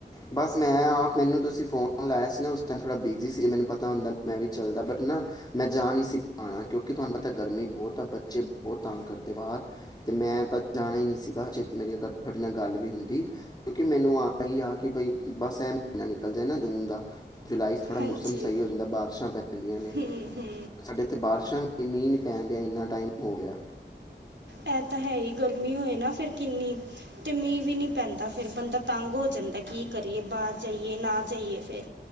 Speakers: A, on the left; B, on the right.
A: ਬਸ ਮੈਂ- ਮੈਂ ਆਪ। ਮੈਨੂੰ ਤੁਸੀਂ ਫੋਨ ਲਾਇਆ ਸੀ ਨਾ, ਉਸ ਟਾਈਮ ਥੋੜਾ ਬਿਜੀ ਸੀ, ਜੇ ਮੈਨੂੰ ਪਤਾ ਹੁੰਦਾ, ਮੈਂ ਵੀ ਚੱਲਦਾ ਬਟ ਨਾ ਮੈਂ ਜਾ ਨਹੀਂ ਸੀ ਪਾਣਾ, ਕਿਉਂਕਿ ਤੁਹਾਨੂੰ ਪਤਾ ਗਰਮੀ ਬਹੁਤ ਆ। ਬੱਚੇ ਬਹੁਤ ਤੰਗ ਕਰਦੇ ਬਾਹਰ ਤੇ, ਮੈਂ ਤਾਂ ਜਾਣਾ ਹੀ ਨਹੀਂ ਸੀ, ਬਟ ਮੇਰੀ ਅ ਤੁਹਾਡੇ ਨਾਲ ਗੱਲ ਵੀ ਹੁੰਦੀ, ਕਿਉਂਕਿ ਮੈਨੂੰ ਆ ਹੀ, ਆ ਕਿ, ਬਈ ਬਸ ਇਹ ਮਹੀਨਾ ਨਿਕਲ ਜਾਏ ਨਾ ਜੂਨ ਦਾ। ਜੁਲਾਈ 'ਚ ਥੋੜ੍ਹਾ
B: ਹਾਂਜੀ
A: ਮੌਸਮ ਸਹੀ ਹੋ ਜਾਂਦਾ ਬਾਰਿਸ਼ਾਂ ਪੈ ਜਾਂਦੀਆਂ ਨੇ।
B: ਹੂੰ ਹੂੰ
A: ਸਾਡੇ ਇੱਥੇ ਬਾਰਿਸ਼ਾਂ ਮੀਹ ਨੀ ਪੈਂਦਿਆ ਇੰਨਾ ਟਾਈਮ ਹੋ ਗਿਆ।
B: ਇਹ ਤਾਂ ਹੈ ਹੀ। ਗਰਮੀ ਹੋਏ ਨਾ ਫਿਰ ਕਿੰਨੀ ਤੇ ਮੀਂਹ ਵੀ ਨਹੀਂ ਪੈਂਦਾ, ਫਿਰ ਬੰਦਾ ਤੰਗ ਹੋ ਜਾਂਦਾ ਕੀ ਕਰੀਏ, ਬਾਹਰ ਜਾਈਏ ਨਾ ਜਾਈਏ ਫਿਰ।